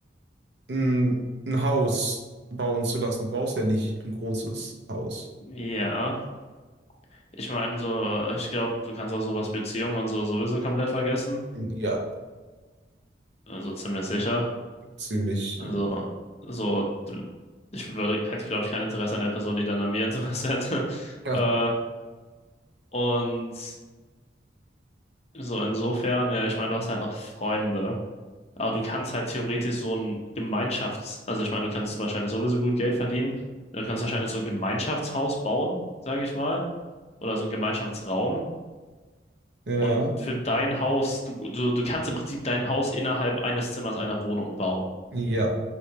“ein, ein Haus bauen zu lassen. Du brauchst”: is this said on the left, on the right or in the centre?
Right